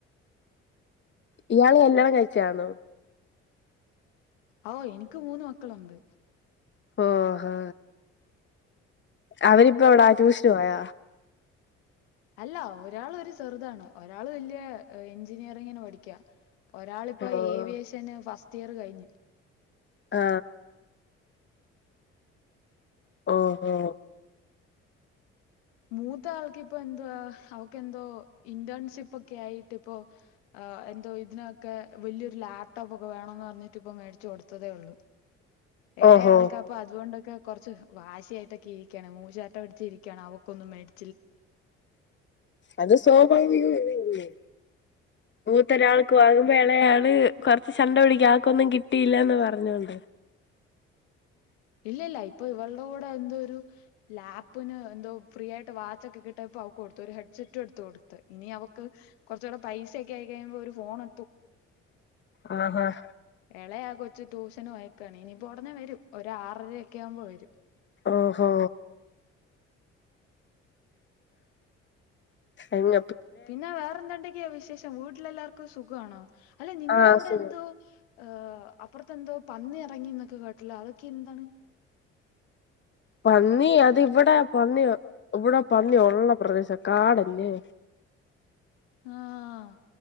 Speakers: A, on the left (about 35°); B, on the left (about 80°).
A: ഇയാള് കല്യാണം കഴിച്ചാന്നാേ
B: ഓ എനിക്ക് മൂന്ന് മക്കള് ഒണ്ട്
A: ഓ ആ അവരിപ്പോ എവിടാ ട്യൂഷന് പോയ
B: അല്ല ഒരാളൊര് ചെറ്താണ് ഒരാള് വല്യ എഞ്ചിനീയറിങ്ങിന് പഠിക്ക ഒരാൾ ഇപ്പോ
A: ഓഹ്
B: ഏവിയേഷന് ഫസ് റ്റിയറ് കഴിഞ്ഞ്
A: ആ ഓ ഓ
B: മൂത്ത ആൾക്കിപ്പോ എന്തുവാ അവക്കെന്തോ ഇന്റേൺഷിപ്പാെക്കെ ആയിട്ട് ഇപ്പോ എന്തോ ഇതിനൊക്കെ വലിയൊരു ലാപ്ടോപ്പാെക്കെ വേണോന്ന് പറഞ്ഞിട്ട് ഇപ്പ മേടിച്ച് കൊട്ത്തതേ ഒള്ളു എളെയ
A: ഓഹോ
B: ആൾക്ക അപ്പൊ അതുകൊണ്ടൊക്കെ കാറച്ച് വാശിയായിട്ടൊക്കെ ഇരിക്കാണ് മൂശാട്ട പിടിച്ചിരിക്കയാണ് അവ ക്കൊന്നും മേടി
A: അത് സ്വാഭാവികമാണല്ലോ മൂത്താെരാൾക്ക് വാങ്ങുമ്പ എളയാള് കൊറച്ച് ശണ്ട പിടിക്കു ആൾക്കൊന്നും കിട്ടിയില്ലാന്ന് പറഞ്ഞോണ്ട്
B: ഇല്ല ഇല്ല ഇപ്പൊ ഇവൾടെ കൂടെ എന്തോ ഒരു ലാപ്പിന് എന്തോ ഫ്രീ ആയിട്ട് വാച്ചൊക്കെ കിട്ടിയപ്പോ അവക്ക് കൊടുത്തു ഒരു ഹെഡ്സെറ്റും എടുത്ത് കൊടുത്ത് ഇനി അവക്ക് കൊറച്ചൂടെ പൈസൊക്കെ ആയിക്കഴിയുമ്പ ഒരു ഫോണ്
A: ആ ആ
B: എളയ ആ കൊച്ച് ട്യൂഷന് പോയേക്കാണ് ഇനിയിപ്പോ ഒടനെ വെരും ഒരാറര അക്കെ ആവുമ്പോ വെരും
A: ഓഹോ ഇനി
B: പിന്നെ വേറെന്തണ്ടെങ്കിയ വിശേഷം വീട്ടിലെല്ലാർക്കും സുഖവാണോ അല്ല നിങ്ങളടെ
A: ആഹ്
B: അവിടെ എന്തോ ഏ അപ്പർത്തെന്തോ പന്നി എറങ്ങിന്നൊക്കെ കേട്ടല്ലോ അതൊക്കെ എന്താണ്
A: പന്നി അത് ഇവിടെ പന്നി ഇവിടെ പന്നി ഉള്ള പ്രദേശം കാടല്ലേ
B: ആഹ